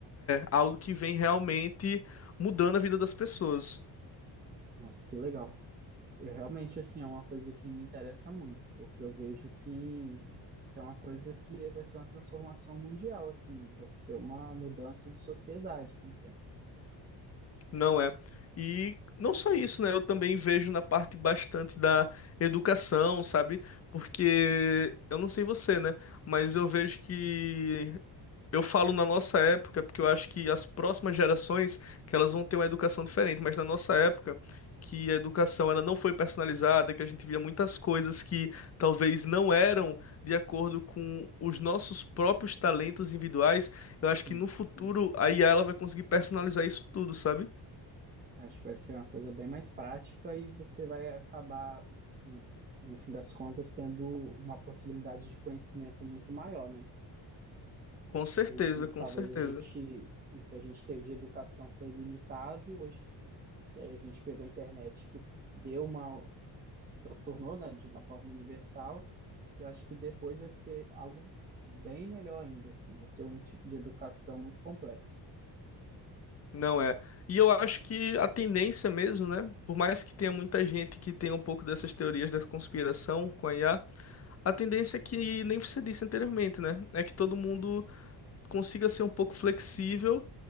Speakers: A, on the left; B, on the right.
A: algo que vem realmente mudando a vida das pessoas.
B: Nossa, que legal. Eu realmente, assim, é uma coisa que me interessa muito, porque eu vejo que que é uma coisa que vai ser uma transformação mundial, assim, vai ser uma mudança de sociedade com o tempo.
A: Não é. E não só isso, né? Eu também vejo na parte bastante da educação, sabe? Porque eu não sei você, né? Mas eu vejo que eu falo na nossa época, porque eu acho que as próximas gerações que elas vão ter uma educação diferente, mas na nossa época que a educação ela não foi personalizada, que a gente via muitas coisas que talvez não eram de acordo com os nossos próprios talentos individuais, eu acho
B: Sim,
A: que no futuro a IA ela vai conseguir personalizar isso tudo, sabe?
B: acho que vai ser uma coisa bem mais prática e você vai acabar, assim, no, no fim das contas, tendo uma possibilidade de conhecimento muito maior, né?
A: Com certeza,
B: O,
A: com
B: o- talvez
A: certeza.
B: a gente, o que a gente teve de educação foi limitado hoje, e aí a gente pegou a internet que deu uma, to- tornou, né, de uma forma universal, eu acho que depois vai ser algo bem melhor ainda, assim, vai ser um tipo de educação muito complexa.
A: Não é. E eu acho que a tendência mesmo, né? Por mais que tenha muita gente que tenha um pouco dessas teorias da conspiração com a IA, a a tendência é que, nem você disse anteriormente, né? É que todo mundo consiga ser um pouco flexível